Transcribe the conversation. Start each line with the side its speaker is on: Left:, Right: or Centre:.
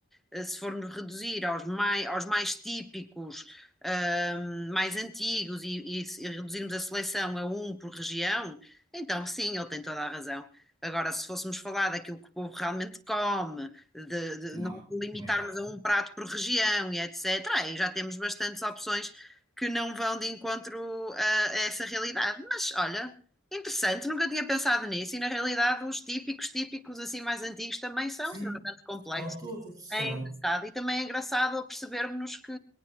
Centre: eh, se formos reduzir aos mais, aos mais típicos, ahm, mais antigos e, e se reduzirmos a seleção a um por região, então sim, ele tem toda a razão. Agora, se fôssemos falar daquilo que o povo realmente come, de, de
Right: Que Não,
Centre: não limitarmos
Right: como é óbvio.
Centre: a um prato por região e etc., aí já temos bastantes opções que não vão de encontro a, a essa realidade. Mas olha, Interessante, nunca tinha pensado nisso e na realidade os típicos, típicos assim mais antigos também são
Right: Sim,
Centre: extremamente complexos.
Right: são todos,
Centre: É
Right: são.
Centre: engraçado e também é engraçado percebermos que